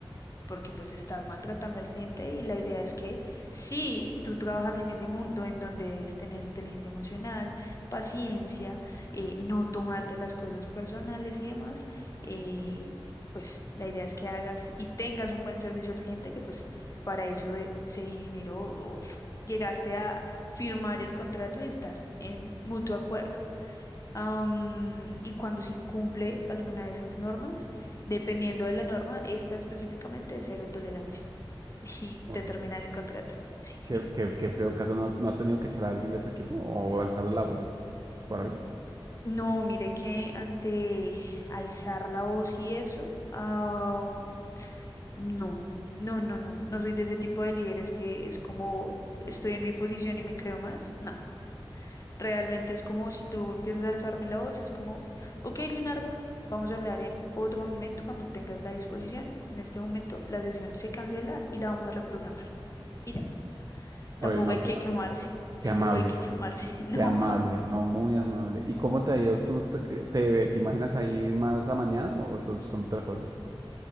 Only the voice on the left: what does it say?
porque pues estás maltratando al cliente y la idea es que sí, tú trabajas en ese mundo en donde debes tener inteligencia emocional, paciencia, eh, no tomarte las cosas personales y demás, eh, pues la idea es que hagas y tengas un buen servicio al cliente, que pues para eso eh, se generó o f- llegaste a firmar el contrato y estar en mutuo acuerdo. Am, y cuando se incumple alguna de esas normas, dependiendo de la norma, esta específicamente es cero tolerancia <laughs> y
te terminan el contrato. Sí. <laughs>
No, mire que ante alzar la voz y eso, am, no, no, no, no, no soy de ese tipo de líderes que es como estoy en mi posición y me creo más. No. Realmente es como si tú empiezas a alzarme la voz, es como, ok, Leonardo, vamos a hablar en otro momento cuando tengas la disposición. En este momento la sesión se cancela y la vamos a reprogramar. Y ya, tampoco
hay
que
quemarse, <laughs> tampoco
hay que quemarse, <laughs> no.